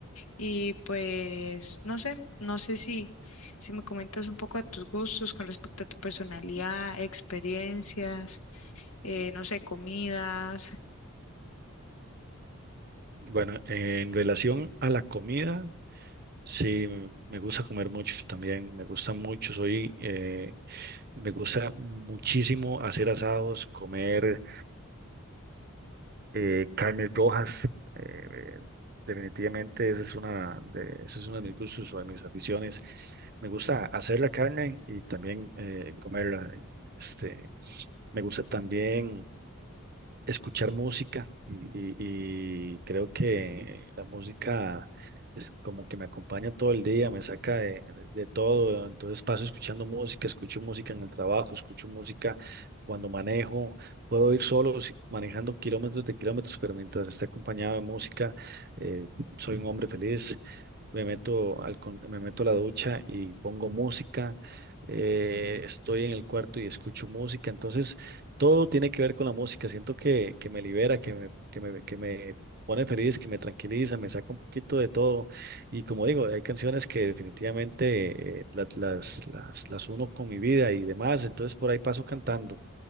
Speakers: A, on the left; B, on the right.
A: Y pues no sé, no sé si, si me comentas un poco de tus gustos con respecto a tu personalidad, experiencias, eh, no sé, comidas.
B: Bueno, en relación a la comida. Sí, me me gusta comer mucho también, me gusta mucho, soy, eh, me gusta muchísimo hacer asados, comer eh, carnes rojas, eh, eh, definitivamente esa es una de, ese es uno de mis gustos o de mis aficiones. Me gusta hacer la carne y también eh, comerla. Este, me gusta también escuchar música y, y- y creo que la música es como que me acompaña todo el día, me saca de, de todo, entonces paso escuchando música, escucho música en el trabajo, escucho música cuando manejo, puedo ir solo si- manejando kilómetros de kilómetros, pero mientras esté acompañado de música, eh, soy un hombre feliz. Me meto al, con- me meto a la ducha y pongo música, eh, estoy en el cuarto y escucho música, entonces todo tiene que ver con la música. Siento que, que me libera, que me, que me, que me pone feliz, que me tranquiliza, me saca un poquito de todo. Y como digo, hay canciones que definitivamente eh, las, las, las, las uno con mi vida y demás. Entonces por ahí paso cantando.